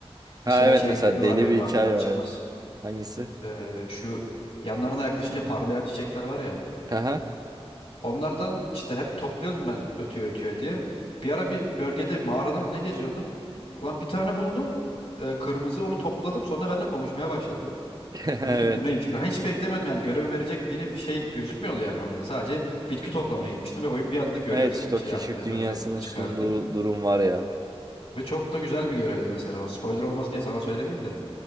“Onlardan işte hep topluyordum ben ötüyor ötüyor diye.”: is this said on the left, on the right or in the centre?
Left